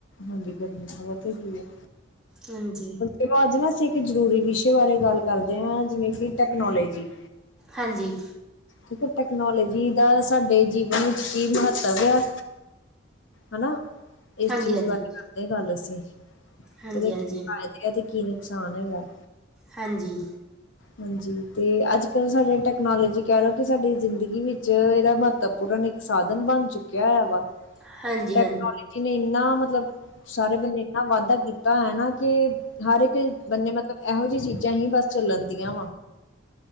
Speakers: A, on the left; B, in the centre.
A: ਹਾਂਜੀ ਗਰਮੀ ਤਾਂ ਬੋਤ ਹੋਗੀ ਏ।
B: ਹਾਂਜੀ।
A: ਦੇੋ ਅੱਜ ਨਾ ਅਸੀਂ ਇੱਕ ਜ਼ਰੂਰੀ ਵਿਸ਼ੇ ਬਾਰੇ ਗੱਲ ਕਰਦੇ ਆ, ਜਿਵੇਂ ਕੀ ਟੈਕਨੋਲੋਜੀ
B: ਹਾਂਜੀ।
A: ਦੇਖੋ ਟੈਕਨੋਲੋਜੀ ਦਾ ਸਾਡੇ ਜੀਵਨ ਵਿੱਚ ਕੀ ਮਹੱਤਵ ਆ ਹਨਾ ਇਸ
B: ਹਾਂਜੀ
A: ਚੀਜ਼
B: ਹਾਂਜੀ
A: ਬਾਰੇ ਕਰਦੇ ਗੱਲ ਅਸੀਂ
B: ਹਾਂਜੀ
A: ਏਦੇ ਕੀ
B: ਹਾਂਜੀ
A: ਫਾਇਦੇ ਤੇ ਕੀ ਨੁਕਸਾਨ ਹੈਗਾ?
B: ਹਾਂਜੀ।
A: ਹਾਂਜੀ ਤੇ ਅੱਜ-ਕੱਲ੍ਹ ਸਾਡੇ ਟੈਕਨੋਲੋਜੀ ਕੈ ਲਓ, ਕਿ ਸਾਡੀ ਜ਼ਿੰਦਗੀ ਵਿੱਚ ਏਦਾ ਮਹੱਤਵਪੂਰਨ ਸਾਧਨ ਬਣ ਚੁੱਕਿਆ ਹੈ, ਵਾ
B: ਹਾਂਜੀ
A: ਟੈਕਨੋਲੋਜੀ
B: ਹਾਂਜੀ
A: ਨੇ ਇੰਨਾ ਮਤਲਬ ਸਾਰੇ ਬੰਨੇ ਇੰਨਾ ਵਾਧਾ ਕੀਤਾ ਹੈ ਨਾ ਕਿ ਹਰ ਇੱਕ ਬੰਨੇ ਮਤਲਬ ਇਹੋ ਜਿਹੀਆਂ ਚੀਜ਼ਾਂ ਹੀ ਬਸ ਚੱਲਣ ਦੀਆ।